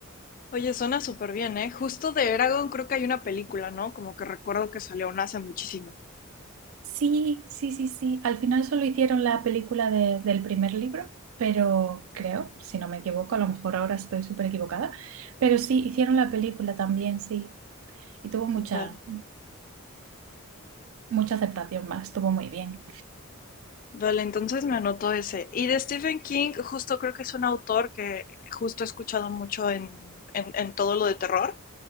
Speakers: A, on the left (about 40°); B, on the right (about 75°).
A: Oye, suena súper bien, ¿eh? Justo de Eragon creo que hay una película, ¿no? Como que recuerdo que salió una hace muchísimo.
B: Sí, sí, sí, sí. Al final solo hicieron la película de- del primer libro, pero creo, si no me equivoco, a lo mejor ahora estoy súper equivocada, pero sí, hicieron la película también, sí. Y tuvo mucha,
A: Vale.
B: mucha aceptación más, estuvo muy bien.
A: Vale, entonces me anotó ese. Y de Stephen King, justo creo que es un autor que justo he escuchado mucho en, en, en todo lo de terror.